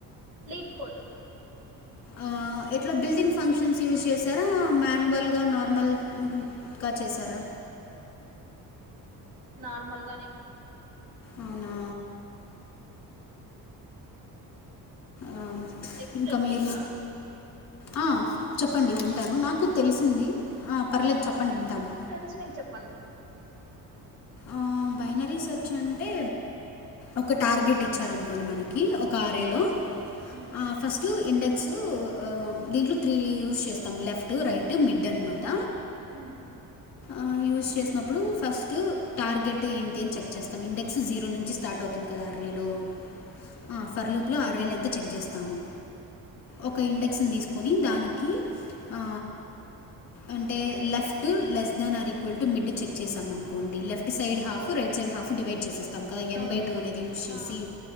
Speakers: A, on the right; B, on the left.
A: లీడ్ కోడు
B: ఆ ఎట్లా బిల్డింగ్ ఫంక్షన్స్ యూస్ చేసారా మాన్యువల్గా నార్మల్ క్కా చేసారా
A: నార్మల్ గానే
B: అవునా ఆ
A: ఎక్స్‌ప్లెయిన్
B: ఇంకా మీరు
A: చేయనా?
B: ఆ చెప్పండి వింటాను నాకు తెల్సింది ఆ పర్లేేదు చెప్పండి వింటాను
A: తెల్సినేది చెప్పండి
B: ఆ బైనరీ సెర్చ్ అంటే ఒక టార్గెట్ ఇచ్చారనుకోండి మనకి ఒక ఆరేలో
A: ఆ! హ్మ్
B: ఆ ఫస్ట్ ఇండెక్స్ ఉ దీంట్లో త్రీ యూస్ చేస్తాం లెఫ్ టు రైటు మిడ్ అన్నమాట
A: ఉ
B: ఆ యూస్ చేసినప్పుడు ఫస్టు టార్గెట్ ఏంటి అని చెక్ చేస్తాం ఇండెక్స్ జీరో నుంచి స్టార్ట్ అవు ఇంకా దా అర్రీలో ఆ ఫర్ లూప్ లో అర్రేలు ఎంత చెక్ చేస్తాము ఒక ఇండెక్స్ ని దిసుకొని దానికి ఆ అంటే left less than or equal to mid check చేసాం అనుకోండి left side half right side half divide చేసెసి తక ఎన్
A: అవును.
B: బై టూ అనేది యూస్ చేసి
A: ఆ!